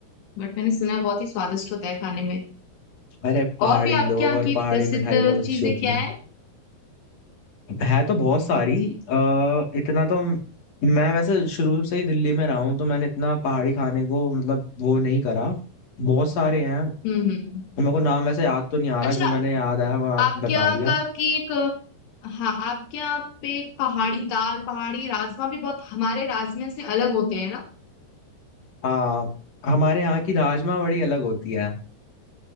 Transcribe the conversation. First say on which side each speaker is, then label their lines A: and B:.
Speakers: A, on the left; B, on the left.
A: बट मैंने सुना है बहुत ही स्वादिष्ट होता है खाने में
B: अरे पहाड़ी
A: और भी आपके
B: लोग
A: यहाँ
B: और
A: की
B: पहाड़ी
A: प्रसिद्ध
B: मिठाई बहुत अच्छी
A: चीजें
B: होती
A: क्या
B: है
A: है
B: है तो बहुत सारी
A: जी जी
B: आ, इतना तो म- मैं वैसे शुरू से ही दिल्ली में रहा हूँ तो मैंने इतना पहाड़ी खाने को मतलब वो नहीं करा बहुत सारे हैं
A: हम्म हम्म
B: मेरे को नाम वैसे याद तो नहीं आ रहा
A: अच्छा
B: जो मैंने याद आया वो आप
A: आपके
B: बता
A: यहाँ
B: दिया
A: का केक हाँ आपके यहाँ पे एक पहाड़ी दाल पहाड़ी राजमा भी बहुत हमारे राजमे से अलग होते हैं ना
B: हाँ हमारे यहाँ की राजमा बड़ी अलग होती है